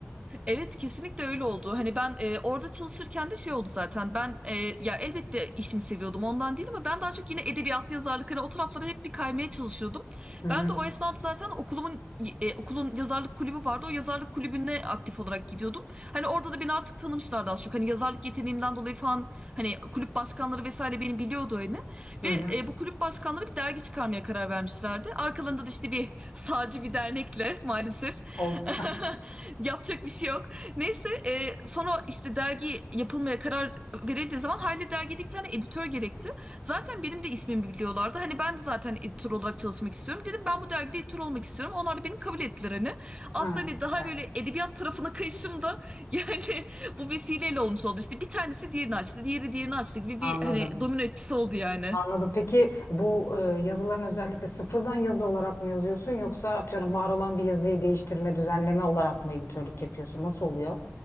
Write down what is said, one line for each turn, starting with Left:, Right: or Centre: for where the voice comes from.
Right: Evet kesinlikle öyle oldu. Hani ben e, orada çalışırken de şey oldu zaten. Ben e, ya elbette işimi seviyordum ondan değil ama ben daha çok yine edebiyat, yazarlık hani o taraflara hep bir kaymaya çalışıyordum.
Left: Hı
Right: Ben
Left: hı.
Right: de o esnada zaten okulumun e, okulun yazarlık kulübü vardı. O yazarlık kulübüne aktif olarak gidiyordum. Hani orada da beni artık tanımışlardı az çok. Hani yazarlık yeteneğimden dolayı falan hani kulüp başkanları vesaire beni biliyordu hani.
Left: Hı
Right: Ve
Left: hı.
Right: e, bu kulüp başkanları bir dergi çıkarmaya karar vermişlerdi. Arkalarında da işte bir <laughs> sağcı bir dernekle maalesef
Left: Oldu.
Right: <laughs>
Left: <laughs>
Right: <laughs> Yapacak bir şey yok. Neyse e, sonra işte dergi yapılmaya karar verildiği zaman Hayli dergide bir tane editör gerekti. Zaten benim de ismimi biliyorlardı. Hani ben de zaten editör olarak çalışmak istiyorum. Dedim ben bu dergide editör olmak istiyorum. Onlar da beni kabul ettiler hani. Aslında
Left: Ha,
Right: hani
Left: süper.
Right: daha böyle edebiyat tarafına kayışım da yani <laughs> bu vesileyle olmuş oldu. İşte bir tanesi diğerini açtı, diğeri diğerini açtı gibi
Left: Anladım.
Right: bir hani domino etkisi oldu yani.
Left: Anladım. Peki bu e, yazıların özellikle sıfırdan yazı olarak mı yazıyorsun yoksa atıyorum var olan bir yazıyı değiştirme, düzenleme olarak mı editörlük yapıyorsun? Nasıl oluyor?